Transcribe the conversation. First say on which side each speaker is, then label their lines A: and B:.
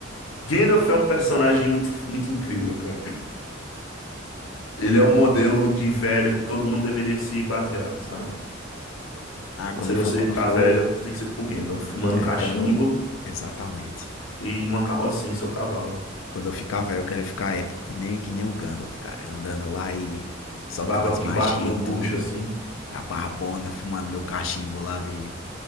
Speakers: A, on the left; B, on the left.
A: Gandalf é um personagem muito, muito incrível, cara. Ele é
B: eu
A: um modelo
B: concordo.
A: de velho que todo mundo deveria se basear, sabe?
B: Ah,
A: Quando
B: quando
A: você
B: for
A: você
B: quando
A: ficar
B: for
A: velho, você tem que ser tipo Gandalf, fumando
B: é,
A: cachimbo
B: quando exatamente.
A: e numa carrocinha em seu cavalo.
B: Quando eu ficar velho, eu quero ficar épico, que nem que nem o Gandalf, cara, andando lá e soltando
A: Barba
B: as
A: que
B: magias
A: bate no
B: e tudo,
A: bucho, assim.
B: a barbona, fumando meu cachimbo lá de